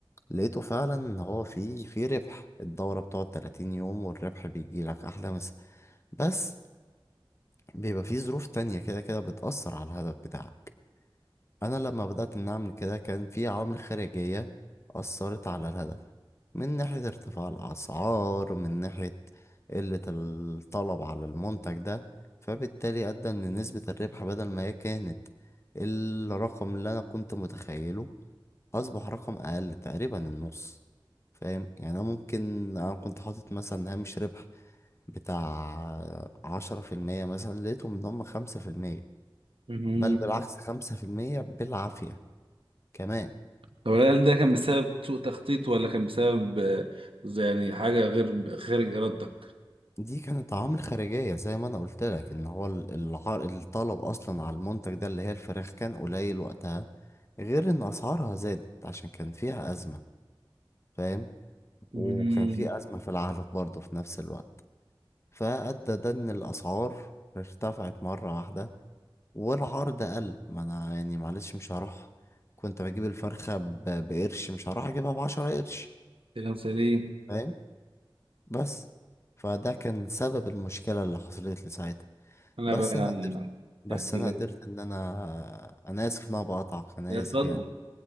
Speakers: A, on the left (about 30°); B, on the right (about 85°).
A: لقيته فعلا إن هو فيه فيه ربح الدورة بتقعد تلاتين يوم والربح بيجيلك أحلى مسا بس بيبقى فيه ظروف تانية كده كده بتأثر على الهدف بتاعك أنا لما بدأت إن أعمل كده كان في عوامل خارجية أثرت على الهدف من ناحية ارتفاع الأسعار من ناحية قلة الطلب على المنتج ده فبالتالي أدى إن نسبة الربح بدل ما هي كانت الرقم اللي أنا كنت متخيله أصبح رقم أقل تقريبا النص فاهم يعني أنا ممكن أنا كنت حاطط مثلا هامش ربح بتاع عشرة في المية مثلا لقيتهم إن هما خمسة في المية
B: مم.
A: بل بالعكس خمسة في المية بالعافية كمان
B: طب هل ده كان بسبب سوء تخطيط ولا كان بسبب آه، زي يعني حاجة غير خارج إرادتك؟
A: دي كانت عوامل خارجية زي ما انا قلت لك ان هو ال- العر... الطلب اصلا على المنتج ده اللي هي الفراخ كان قليل وقتها غير ان اسعارها زادت عشان كان فيها ازمة فاهم وكان
B: مم.
A: في ازمة في العلف برضه في نفس الوقت فادى ده ان الاسعار ارتفعت مرة واحدة والعرض قل ما انا يعني معلش مش هروح كنت بجيب الفرخة ب... بقرش مش هروح اجيبها بعشرة قرش
B: كلام سليم
A: فاهم بس فده كان سبب المشكلة اللي حصلت لي ساعتها
B: أنا
A: بس
B: بقى
A: انا قدرت بس
B: أحكي
A: انا
B: لك
A: قدرت ان انا انا اسف ان انا بقطعك انا
B: اتفضل
A: اسف يعني